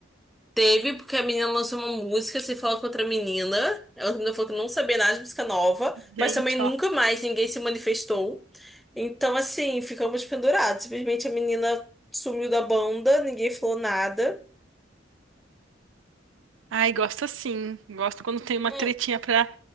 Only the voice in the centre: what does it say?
teve porque a menina lançou uma música, se falou com outra menina. ela outra menina falou que não sabia nada de música nova,
mas também nunca
mais ninguém se manifestou. Então, assim, ficamos pendurados. Simplesmente a menina sumiu da banda, ninguém falou nada.
Hum.